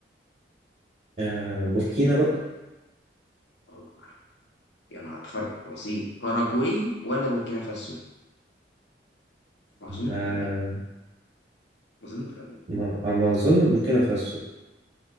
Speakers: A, on the right; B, on the left.
A: أه بوركينا بقى
B: الله أكبر يا نهار فرق بسيط باراجواي ولا بوركينا فاسو؟ أظن
A: أه
B: باراجواي أظن باراجواي
A: ما ما اظن بوركينا فاسو